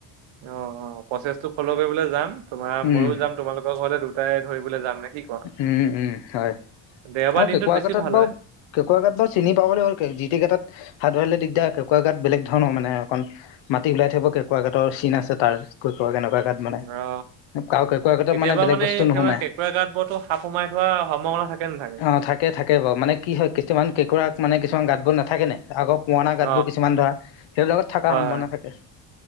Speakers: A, on the right (about 80°); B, on the left (about 80°).
A: অ অ প্ৰচেছটো ফ'ল' কৰিবলৈ যাম তোমাৰ
B: উম
A: মইয়ো যাম তোমালোকৰ ঘৰলে দুটাই ধৰিবলে যাম নে কি কোৱা
B: উম উম হয় আৰু
A: দেওবাৰ দিনটোত
B: কেঁকোৰা
A: বেছি
B: গাতত
A: ভাল
B: বাৰু
A: হয়
B: কেঁকোৰা গাত বাৰু চিনি পাবলে হ' যি টি গাতত হাত ধৰিলে দিগদাৰ কেঁকোৰা গাত বেলেগ ধৰণৰ মানে অকণ মাটি ওলাই থাকিব কেঁকোৰা গাতৰ চিন আছে তাৰ ত কেনেকুৱা গাত
A: উম,
B: মানে
A: অ
B: আও কেঁকোৰা গাঁতত
A: কেতিয়াবা
B: মানে বেলেগ বস্তু
A: একেবাৰে
B: নুসোমাই।
A: কেঁকুৰা গাঁত বৰতো সাপ সোমাই থোৱা সম্ভাৱনা থাকে নাথাকে
B: অ থাকে থাকে বাৰু মানে কি হয় কিছুমান কেঁকৰাক মানে কিছুমান গাঁতবোৰ নাথাকে নাই আগৰ পুৰণা
A: অ
B: গাতবোৰ কিছুমান ধৰা সেইবিলাকত থকাৰ
A: হয়
B: সম্ভাৱনা
A: হয়
B: থাকে।